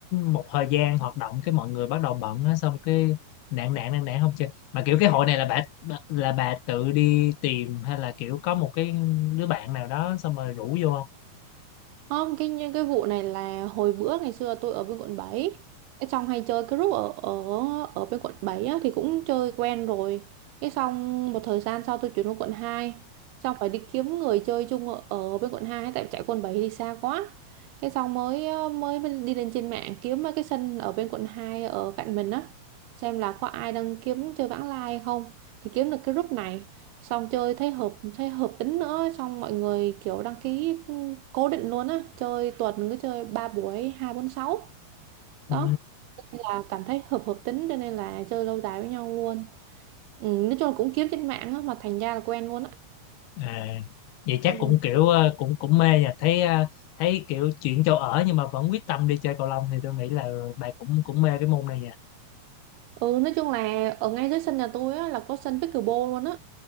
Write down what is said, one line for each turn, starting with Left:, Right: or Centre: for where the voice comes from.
Left: một thời gian hoạt động cái mọi người bắt đầu bận á xong cái nản nản nản nản không chơi mà kiểu cái hội này là bà là bà tự đi tìm hay là kiểu có một cái đứa bạn nào đó xong rồi rủ vô không
Right: Không, cái như cái vụ này là hồi bữa ngày xưa tôi ở bên quận bảy Cái xong hay chơi cái group ở ở ở bên quận 7 á, thì cũng chơi quen rồi Cái xong một thời gian sau tôi chuyển qua quận hai Xong phải đi kiếm người chơi chung ở, ở bên quận hai Tại chạy quận 7 thì xa quá Cái xong mới ờ, mới đi lên trên mạng kiếm mấy cái sân ở bên quận 2 ở cạnh mình á Xem là có ai đang kiếm chơi vãng lai không Thì kiếm được cái group này xong chơi thấy hợp thấy hợp tính nữa xong mọi người kiểu đăng ký ừ, cố định luôn á chơi tuần cứ chơi ba buổi hai bốn sáu đó
Left: ừ.
Right: Nên là cảm thấy hợp hợp tính cho nên là chơi lâu dài với nhau luôn ừ, nói chung là cũng kiếm trên mạng á mà thành ra là quen luôn á
Left: À, vậy chắc
Right: ừ.
Left: cũng kiểu ờ, cũng cũng mê nha thấy ờ, thấy kiểu chuyển chỗ ở nhưng mà vẫn quyết tâm đi chơi cầu lông thì tôi nghĩ là bà cũng cũng mê cái môn này nha
Right: ừ nói chung là ở ngay dưới sân nhà tôi á là có sân pickleball luôn á